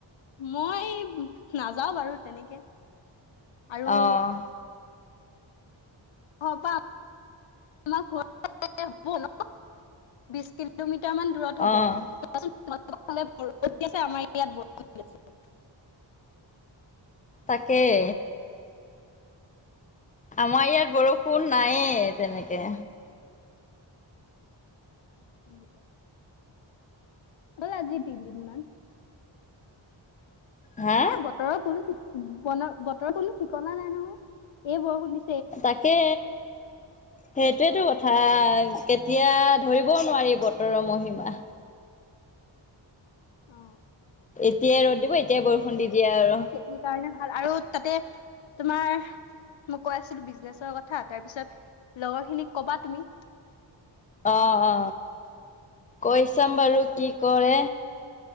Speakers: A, on the left (about 75°); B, on the left (about 20°).
A: মই নাযাওঁ বাৰু তেনেকে। আৰু।
B: অ',
A: অ পাম-। আমাৰ ঘৰ হব ন বিশ কিলোমিটাৰ মান। দূৰত হব
B: অ',
A: চোৱাচোন তোমাৰলোকৰ ফালে বৰষুণ দি আছে আমাৰ ইয়াত বৰষুণ দি আছে।
B: তাকেই। আমাৰ ইয়াত বৰষুণ নায়ে তেনেকে
A: বৰষুণ দিছে অল আজি তিনিদিন মমান
B: হে
A: এ বতৰৰ কোনো ব বতৰৰ কোনো ঠিকনা নাই নহয় এই বৰষুণ দি
B: তাকে সেইটোয়েতটো কথা কেতিয়া ধৰিবও নোৱাৰি বতৰৰ মহিমা
A: অ
B: এতিয়াই ৰ'দ দিব এতিয়াই বৰষুণ দি দিয়ে আৰু
A: স কাৰণে ভাল আৰু তাতে তোমাৰ মই কৈ আছিলো বিজনেছৰ কথা তাৰ পিছত লগৰ খিনিক কবা তুমি
B: অ অ কৈ চাম বাৰু কি কৰে